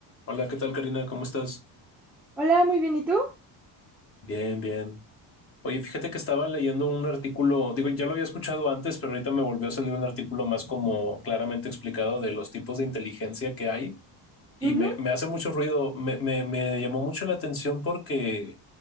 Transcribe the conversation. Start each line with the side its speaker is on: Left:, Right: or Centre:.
Left: Hola, ¿qué tal, Karina? ¿Cómo estás?
Centre: Hola, muy bien, ¿y tú?
Left: Bien, bien. Oye, fíjate que estaba leyendo un artículo, digo, ya lo había escuchado antes, pero ahorita me volvió a salir un artículo más como claramente explicado de los tipos de inteligencia que hay. y
Centre: Ujú.
Left: me, me hace mucho ruido, me, me, me llamó mucho la atención porque,